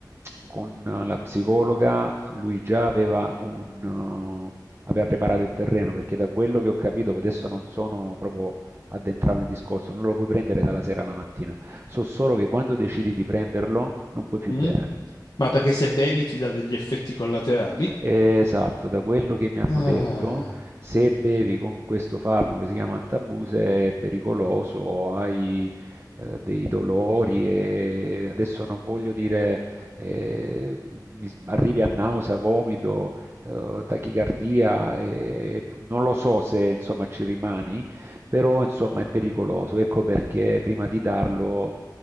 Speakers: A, on the right (about 35°); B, on the left (about 60°).
A: con la psicologa lui già aveva un... eh, aveva preparato il terreno, perché da quello che ho capito, adesso non sono proprio addentrato nel discorso, non lo puoi prendere dalla sera alla mattina, so solo che quando decidi di prenderlo non puoi più
B: mm?
A: bere.
B: Ma perché se bevi ti dà degli effetti collaterali?
A: D- eh, Esatto, da quello che mi hanno
B: Ah.
A: detto, se bevi con questo farmaco che si chiama Antabuse è pericoloso, hai eh, dei dolori e adesso non voglio dire eh, mi s- arrivi a nausea, vomito, eh, tachicardia, e- non lo so se insomma ci rimani, però insomma è pericoloso. Ecco perché prima di darlo